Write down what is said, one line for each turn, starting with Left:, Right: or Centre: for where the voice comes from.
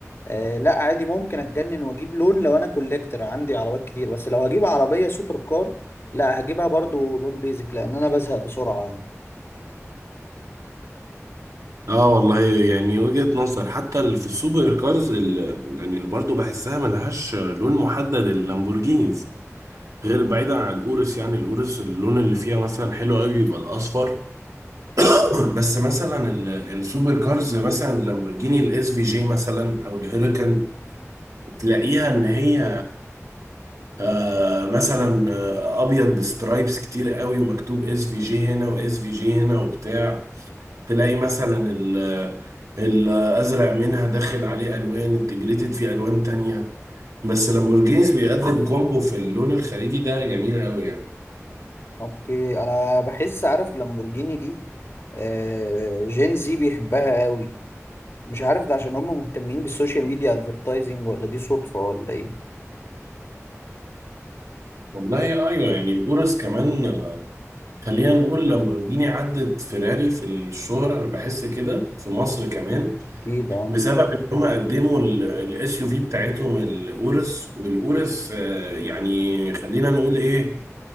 Left: آه لا عادي ممكن اتجنن واجيب لون لو انا كوليكتر عندي عربيات كتير بس لو هجيب عربية سوبر كار لا هجيبها برضو لون بيزك لان انا بزهق بسرعة يعني
Right: اه والله يعني وجهة نظر حتى ال- في السوبر كارز ال- يعني اللي برضه بحسها ملهاش لون محدد اللامبورجينيز غير
Left: مم.
Right: بعيدا عن الاورس يعني الاورس اللون اللي فيها مثلا حلو قوي بيبقى الاصفر <clears throat> بس مثلا ال- السوبر كارز مثلا اللامبورجيني الاس في جي مثلا او الهيريكان تلاقيها ان هي آه مثلا آه، ابيض بسترايبس كتير قوي ومكتوب اس في جي هنا واس في جي هنا وبتاع تلاقي مثلا ال- الازرق منها داخل عليه الوان انتجريتد فيه الوان تانية بس لامبورجينيز بيقدم كومبو في اللون الخارجي ده جميل قوي يعني
Left: اوكي انا بحس عارف لامبورجيني دي آه جين زي بيحبها قوي مش عارف ده عشان هم مهتمين بالسوشيال ميديا ادفرتايزنج ولا دي صدفة ولا ايه
Right: والله ايوه يعني الغرز كمان خلينا نقول لامبورجيني عدت فيراري في الشهرة انا بحس كده في مصر كمان
Left: اكيد اه
Right: بسبب ان هم قدموا الاس يو في بتاعتهم الاورس والاورس آه، يعني خلينا نقول ايه